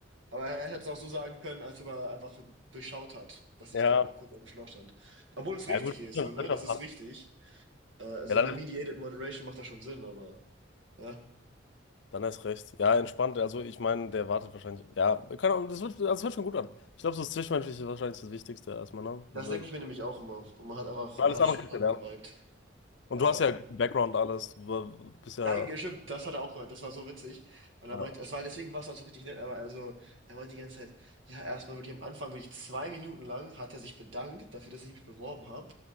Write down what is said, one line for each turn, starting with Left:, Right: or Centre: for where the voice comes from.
Right: Aber er hätte es auch so sagen können, als ob er einfach durchschaut hat, dass
Left: Ja,
Right: ich da einfach kurz auf dem Schlauch stand. Obwohl es
Left: ja
Right: richtig
Left: gut,
Right: ist,
Left: wird
Right: so, ne?
Left: wird schon
Right: Das ist
Left: passen.
Right: richtig. Äh, Also
Left: Ja, dann
Right: eine Mediated
Left: ist,
Right: Moderation macht da schon Sinn, aber ja.
Left: dann ist recht. Ja, entspannt. Also ich meine, der wartet wahrscheinlich. Ja, kann Ahnung, das wird, das hört schon gut an. Ich glaube, so das Zwischenmenschliche ist wahrscheinlich das Wichtigste erstmal, ne?
Right: Das
Left: So,
Right: denke ich mir nämlich auch immer. Und man hat einfach,
Left: Alles
Right: man hat,
Left: andere kannst
Right: man hat
Left: du lernen.
Right: geweibt.
Left: Und
Right: Ja.
Left: du hast ja guten Background, alles. Du war- bist ja.
Right: Nein, gestimmt, das hat er auch gehört. Das war so witzig. Und er
Left: Ja,
Right: meint, es war, deswegen war es halt so richtig nett, aber also, er meint die ganze Zeit, ja, erstmal wirklich am Anfang, wirklich zwei Minuten lang, hat er sich bedankt dafür, dass ich mich beworben habe.